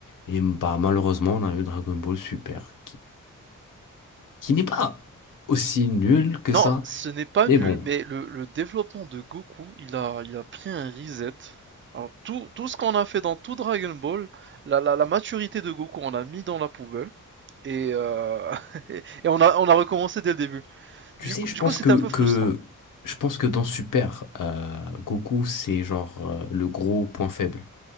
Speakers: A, on the left; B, on the right.
A: Et bah malheureusement, on a eu Dragon Ball Super qui n'est pas aussi nul que
B: Non,
A: ça.
B: ce n'est pas
A: Mais
B: nul,
A: bon,
B: mais le, le développement de Goku, il a il a pris un reset. Alors tout, tout ce qu'on a fait dans tout Dragon Ball, la, la, la maturité de Goku, on l'a mis dans la poubelle. Et, euh, <laughs> et on, a, on a recommencé dès le début.
A: tu
B: Du,
A: sais,
B: coup-
A: je
B: du
A: pense
B: coup, c'était
A: que,
B: un peu
A: que
B: frustrant.
A: je pense que dans Super, euh, Goku, c'est genre euh, le gros point faible.